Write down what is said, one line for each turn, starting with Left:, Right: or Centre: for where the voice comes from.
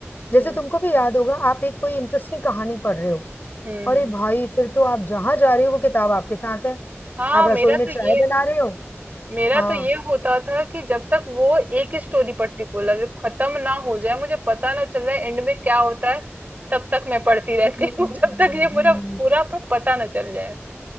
Left: जैसे
Right: हम्म
Left: तुमको भी याद होगा आप एक कोई इंटरेस्टिंग कहानी पढ़ रहे हो
Right: हम्म
Left: अरे
Right: हम्म।
Left: भाई फिर तो आप जहां जा रहे हो वो किताब आपके साथ है
Right: हाँ
Left: आप रसोई
Right: मेरा
Left: में
Right: तो
Left: चाय
Right: ये
Left: बना रहे हो
Right: मेरा
Left: हाँ
Right: तो ये होता था कि जब तक वो एक ही स्टोरी पर्टिकुलर खत्म ना हो जाए मुझे पता ना चल जाए एंड में क्या होता है तब तक मैं पढ़ती रहती
Left: हम्म,
Right: हूँ <laughs> जब तक ये मेरा पूरा प- पता ना चल जाए